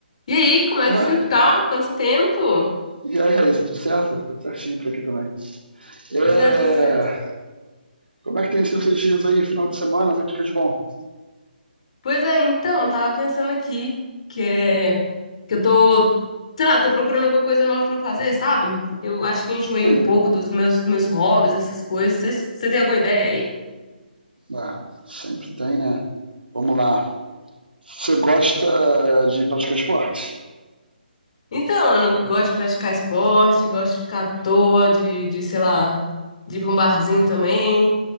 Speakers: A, on the left; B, on the right.
A: E aí, como é
B: Ah,
A: que você tá? Quanto tempo?
B: e aí, Raíssa, tudo certo? Tudo certinho por aqui também. É,
A: Pois é, tudo certo.
B: como é que tem sido esses dias aí, final de semana? Feito o que é de bom?
A: Pois é, então, eu tava pensando aqui que, é, que eu tô, sei lá, tô procurando alguma coisa nova pra fazer, sabe? Eu acho que enjoei
B: Sim,
A: um pouco dos meus, meus hobbies, essas coisas. Você você tem alguma ideia aí?
B: ah, sempre tem, né? Vamos lá. Você gosta de praticar esporte?
A: Então, eu não gosto de praticar esporte, gosto de ficar à toa, de, de, sei lá, de ir pra um barzinho também.